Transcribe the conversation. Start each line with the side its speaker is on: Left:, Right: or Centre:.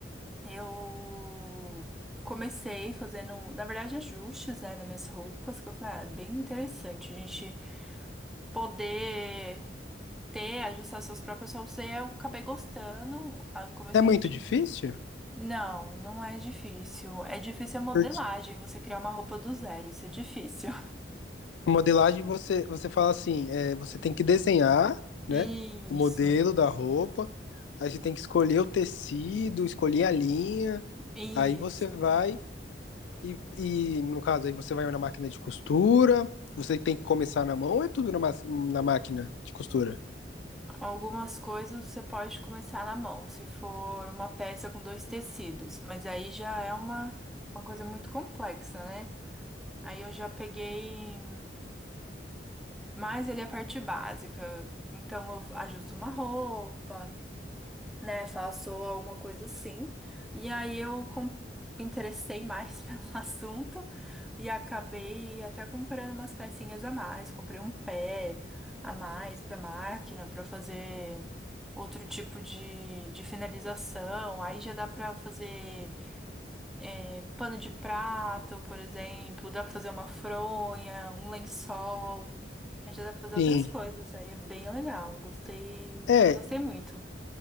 Centre: eu comecei fazendo, na verdade, ajustes, né, nas minhas roupas, que eu falei, ah, é bem interessante a gente poder ter, ajustar suas próprias roupas. E aí eu acabei gostando, aí eu comecei
Left: É muito
Centre: a assistir.
Left: difícil?
Centre: Não, não é difícil. É difícil a modelagem,
Left: Porque
Centre: você criar uma roupa do zero, isso é difícil.
Left: A modelagem você, você fala assim, é, você tem que desenhar,
Centre: <laughs>
Left: né, o modelo
Centre: Isso.
Left: da roupa, aí você tem que escolher o tecido, escolher a linha,
Centre: Isso.
Left: aí você vai e, e no caso aí você vai na máquina de costura, você tem que começar na mão ou é tudo na, ma- na máquina de costura?
Centre: Algumas coisas você pode começar na mão, se for uma peça com dois tecidos, mas aí já é uma, uma coisa muito complexa, né? Aí eu já peguei mais ali a parte básica. Então eu ajusto uma roupa. né? Faço alguma coisa assim. E aí eu com- me interessei mais <laughs> pelo assunto e acabei até comprando umas pecinhas a mais. Comprei um pé a mais pra máquina pra fazer outro tipo de, de finalização. Aí já dá pra fazer é, pano de prato, por exemplo. Dá pra fazer uma fronha, um lençol. Aí já dá pra fazer outras
Left: Sim.
Centre: coisas, aí é bem legal. Gostei,
Left: É,
Centre: gostei muito.